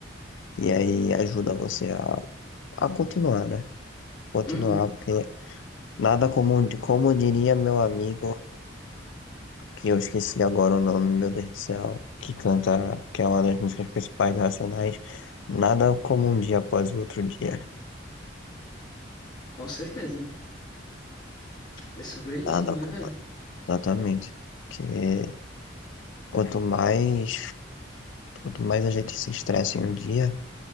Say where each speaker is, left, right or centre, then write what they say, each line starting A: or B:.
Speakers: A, on the left; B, on the left.
A: E aí ajuda você a, a continuar, né? Continuar,
B: Uhum.
A: porque nada como, como diria meu amigo, que eu esqueci agora o nome, meu Deus do céu, que canta, que é uma das músicas principais do Racionais, nada como um dia após o outro dia.
B: Com certeza. É sobre
A: Nada
B: isso, né,
A: como.
B: velho?
A: Exatamente. Porque quanto mais, quanto mais a gente se estressa em um dia,